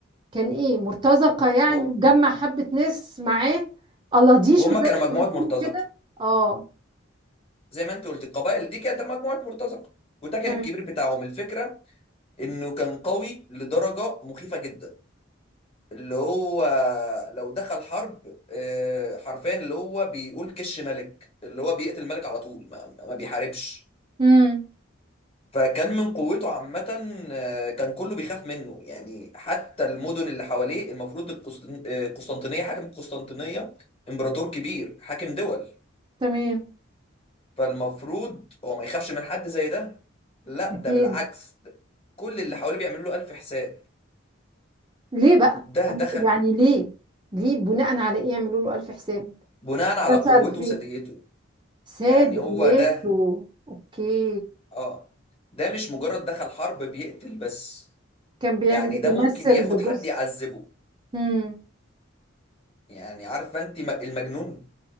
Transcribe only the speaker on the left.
اهو
هما
كانوا مجموعة
مرتزقة
زي ما انت قلت القبائل دي كانت مجموعة مرتزقة وده كان
الكبير بتاعهم الفكرة انه كان قوي لدرجة مخيفة جدا اللي هو لو دخل حرب آه، حرفيا اللي هو بيقول كش ملك اللي هو بيقتل الملك على طول ما, ما بيحاربش
فكان من قوته عامة آه، كان كله بيخاف منه يعني حتى المدن اللي حواليه المفروض القسطن- آه، القسطنطينية حاكم القسطنطينية إمبراطور كبير حاكم دول
فالمفروض هو ما يخافش من حد زي ده لا
ده بالعكس ده كل اللي حواليه بيعملوا له ألف حساب
ده دخل
بناء على
قوته
وثديته
يعني هو ده
اه ده مش مجرد دخل حرب بيقتل بس
يعني
ده
ممكن ياخد
حد يعذبه
يعني عارفه انت م- المجنون